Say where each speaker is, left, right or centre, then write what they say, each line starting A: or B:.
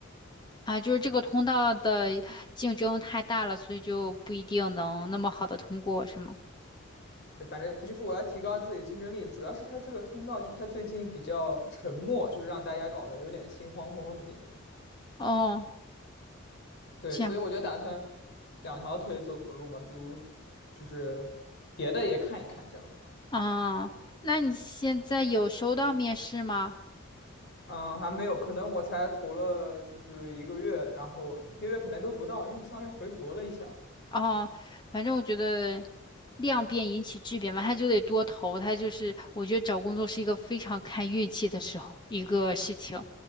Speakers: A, on the left (about 20°); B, on the left (about 55°).
A: 啊，就是这个通道的竞争太大了，所以就不一定能那么好的通过，是吗？
B: 对，反正就是我要提高自己竞争力，主要是它这个通道就是它最近比较沉默，就是让大家搞得有点心慌慌的那种。
A: 哦，
B: 对，
A: 这样。
B: 所以我就打算两条腿走路嘛，比如就是别的也看一看这样。
A: 啊，那你现在有收到面试吗？
B: 嗯，还没有，可能我才投了就是一个月，然后一个月可能都不到，因为我上个月回国了一下。
A: 哦，反正我觉得量变引起质变吧，他就得多投，他就是我觉得找工作是一个非常看运气的时候一个事情，